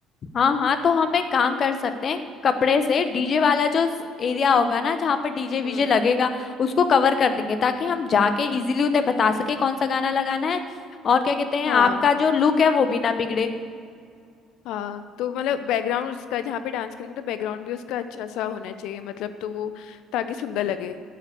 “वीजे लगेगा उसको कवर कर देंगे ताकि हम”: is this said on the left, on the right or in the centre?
Left